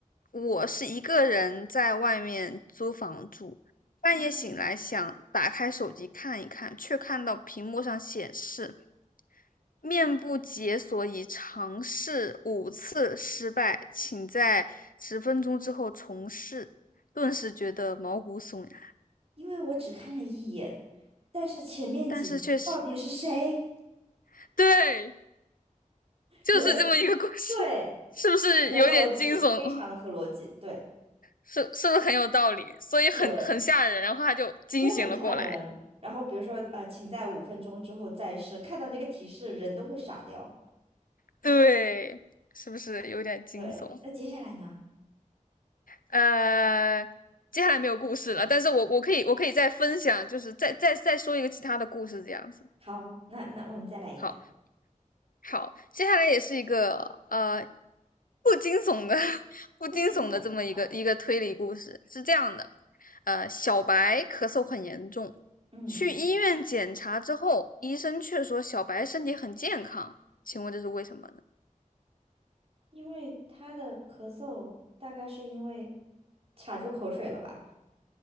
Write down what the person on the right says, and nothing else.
哦，
因为我只看了一眼。但是前面几次到底是谁？
对对，
合逻辑，非常的合逻辑，对
对，
真的很吓人。然后比如说呃，请在五分钟之后再试，看到那个提示人都会傻掉。
对，那接下来呢？
好，那那我们再来一个
不惊悚。好，
嗯，
因为他的咳嗽大概是因为卡住口水了吧？